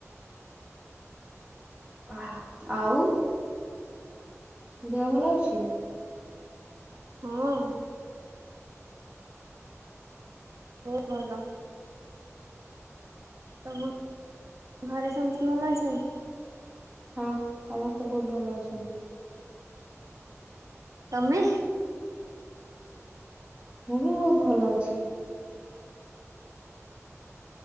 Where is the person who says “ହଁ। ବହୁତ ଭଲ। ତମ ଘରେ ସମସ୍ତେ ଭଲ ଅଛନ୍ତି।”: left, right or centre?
Right